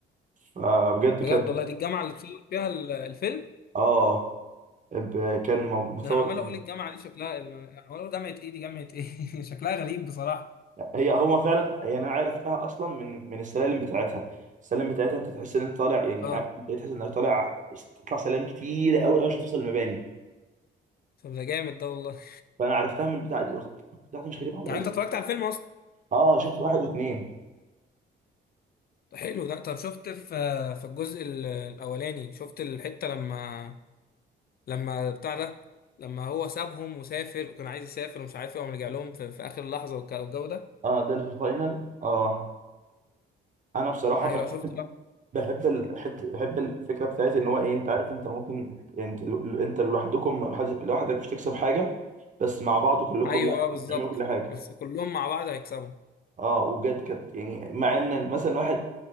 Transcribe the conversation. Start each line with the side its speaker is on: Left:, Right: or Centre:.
Right: فبجد
Left: بجد
Right: كان
Left: والله دي الجامعة اللي اتصور فيها ال- الفيلم
Right: اه ب- كان موجود متصور
Left: ده انا عمال اقول الجامعة دي شكلها عمال اقول جامعة ايه دي جامعة ايه <laughs> شكلها غريب بصراحة
Right: هي هو فعلا يعني انا عرفتها اصلا من من السلالم بتاعتها السلالم بتاعتها انت تحس ان انت طالع يعني
Left: اه
Right: عارف انت تحس انك طالع تطلع سلالم كتير قوي قوي عشان توصل المباني
Left: طب ده جامد ده والله
Right: فانا عرفتها من البتاعه دي قلت بتاعتها مش غريبه عليا
Left: يعني انت اتفرجت على الفيلم اصلا
Right: اه شفت واحد واثنين
Left: ده حلو ده طب شفت في في الجزء ال- الاولاني شفت الحتة لما لما بتاع ده لما هو سابهم وسافر وكان عايز يسافر ومش عارف ايه وقام رجع لهم في, في اخر لحظة والك- والجو ده
Right: اه ده اللي في الفاينل اه انا بصراحه
Left: ايوه
Right: بحب
Left: شفت
Right: بحب الحتة بحب الفكرة بتاعت إن هو إيه أنت عارف أنت ممكن يعني أنت أنت لوحدكم محدش- لوحدك مش تكسب حاجة بس مع بعض كلكم
Left: ايوه
Right: لا
Left: اه بالظبط
Right: بتعملوا كل حاجة
Left: بس كلهم مع بعض هيكسبوا
Right: أه وبجد كانت يعني مع إن مثلا واحد